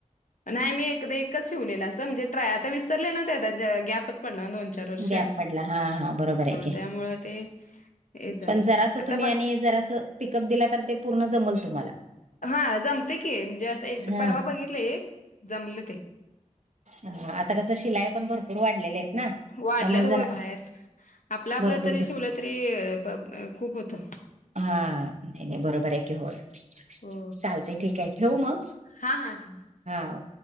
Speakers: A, on the left; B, on the right.
A: नाय मी एकदा एकच शिवलेला असं म्हणजे ट्राय आता विसरले ना त्या गॅपच पडला ना चार वर्ष
B: गॅप पडला हा हा बरोबर आहे की
A: त्यामुळे ते हे झालं
B: पण जरास
A: आता
B: तुम्ही
A: बघ
B: आणि जरास पिकअप दिला तर ते पूर्ण जमल तुमाला.
A: हा जमते की म्हणजे असं एक
B: हां,
A: परवा बघितलं एक जमलं ते.
B: ह आता का तसं शिलाई पण भर पूर वाढलेले आहेत ना.
A: वाढल्यात
B: त्यामुळे जरा
A: वय बाहेर आपला आपलं
B: भरपूर
A: तरी
B: भर
A: शिवलं तरी ब अ खूप होतं.
B: हा नाय नाय बरोबर आहे की होय
A: हो
B: चालतय ठीक हाय ठेवू मग.
A: हा हा ठेवा.
B: हा.